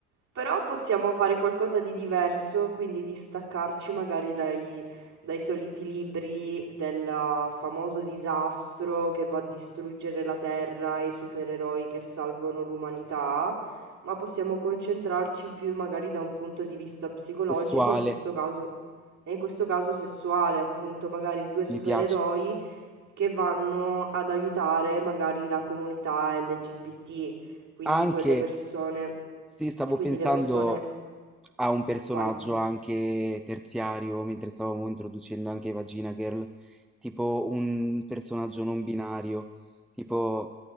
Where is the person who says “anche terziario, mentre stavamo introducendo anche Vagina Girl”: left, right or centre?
Centre